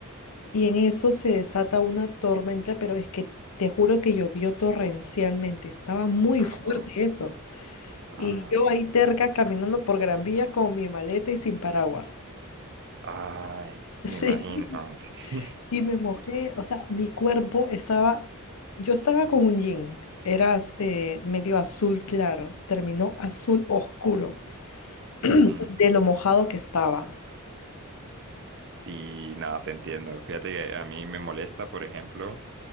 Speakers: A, on the left (about 80°); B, on the right (about 55°).
A: y en eso se desata una tormenta, pero es que te juro que llovió torrencialmente. Estaba muy
B: Ah,
A: fuerte
B: wow.
A: eso.
B: Ah,
A: Y yo ahí terca caminando por Gran Vía con mi maleta y sin paraguas. <laughs>
B: ay,
A: Sí.
B: me imagino. <laughs> sí.
A: Y me mojé, o sea, mi cuerpo estaba, yo estaba con un jean, era az- eh, medio azul claro, terminó azul oscuro <clears throat>
B: Ujú.
A: de lo mojado que estaba.
B: Y nada, te entiendo. Fíjate que a mí me molesta, por ejemplo,